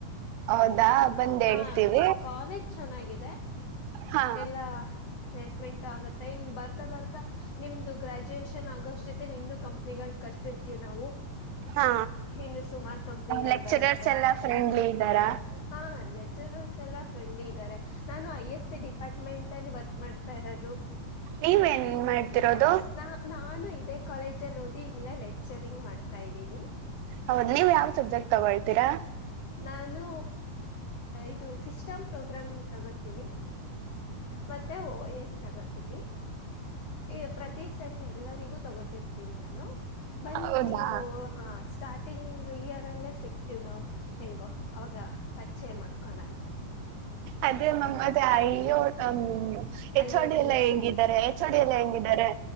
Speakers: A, on the right (about 85°); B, on the left (about 85°).
A: ಹೌದಾ
B: <inaudible>
A: ಬಂದ್ ಹೇಳ್ತೀವಿ
B: ಹಾ ಕಾಲೇಜ್ ಚೆನ್ನಾಗಿದೆ. <inaudible>
A: ಹಾ
B: ಎಲ್ಲಾ ಪ್ಲೇಸ್ಮೆಂಟ್ ಆಗತ್ತೆ ಇನ್ ಬರ್ತಾ ಬರ್ತಾ <inaudible> ನಿಮ್ದು ಗ್ರಾಜುಯೇಷನ್ ಆಗೋಸ್ ಜೊತೆ ಇನ್ನು ಕಂಪನೀಗಳ ಕರಸಿರ್ತೀವಿ ನಾವು? <inaudible>
A: ಹಾ
B: ಇನ್ನು ಸುಮಾರು ಕಂಪ್ನಿಗಳು
A: ಲೆಕ್ಚರರ್ಸ್
B: ಬರತ್ತೆ
A: ಎಲ್ಲಾ ಫ್ರೆಂಡ್ ಲೀ ಇದ್ದಾರಾ? <inaudible>
B: ಹಾ ಲೆಕ್ಚರರ್ಸ್ ಎಲ್ಲಾ ಫ್ರೆಂಡ್ ಲೀ ಇದ್ದಾರೆ. <inaudible> ನಾನು ಐ ಎಸ್ ಸಿ ಡಿಪಾರ್ಟ್ಮೆಂಟ್ ಅಲ್ಲಿ ವರ್ಕ್ ಮಾಡ್ತಾ ಇರೋದು. <inaudible>
A: ನೀವೇನ್ ಮಾಡ್ತಿರೋದು.
B: ನಾ ನಾನು ಇದೇ ಕಾಲೇಜಲ್ಲಿ ಓದಿ ಇಲ್ಲೇ ಲೆಕ್ಚರಿಂಗ್ ಮಾಡ್ತಾ ಇದ್ದೀನಿ.
A: ಹೌದು ನೀವು ಯಾವ್ ಸಬ್ಜೆಕ್ಟ್ ತಗೊಳ್ತೀರಾ.
B: ನಾನು ಇದು ಸಿಸ್ಟಮ್ ಪ್ರೋಗ್ರಾಮಿಂಗ್ ತಗೋತೀನಿ‌. ಮತ್ತೆ ಓ ಎಸ್ ತಗೋತೀನಿ. ಈ ಪ್ರತಿ ಸೇಮ್ ಎಲ್ಲರಿಗೂ ತೊಗೋರ್ತೀನಿ ನಾನು. ಬನ್ನಿ
A: ಹೌದಾ
B: ನೀವು ಹಾ ಸ್ಟಾರ್ಟಿಂಗ್ ಇಯರ್ ಅಲ್ಲೇ ಸಿಕ್ ತೀವ್ ನಾವು ಹೆಂಗೋ ಅವಾಗ ಪಚ್ಚಯ ಮಾಡ್ಕೋಣ.
A: ಅದೇ ನಮ್ಮದ ಆಯ್ಯೋ <unintelligible> ಹೆಚ್
B: ಐ
A: ಓ ಡಿ
B: ಟಿನ
A: ಎಲ್ಲಾ ಹೆಂಗಿದ್ದಾರೆ ಹೆಚ್ ಓ ಡಿ ಎಲ್ಲಾ ಹೆಂಗಿದ್ದಾರೆ.